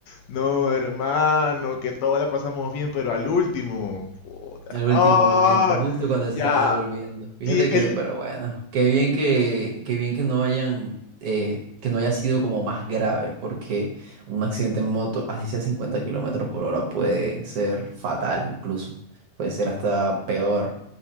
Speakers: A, on the left; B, on the right.
A: No, hermano, que toda la pasamos bien, pero al último. Puta.
B: El último
A: Ah,
B: momento, justo cuando se
A: ya.
B: estaban devolviendo. Fíjate
A: Y
B: que,
A: el...
B: pero bueno, qué bien que, qué bien que no hayan, eh, que no haya sido como más grave, porque un accidente en moto, así sea 50 kilómetros por hora, puede ser fatal incluso. Puede ser hasta peor.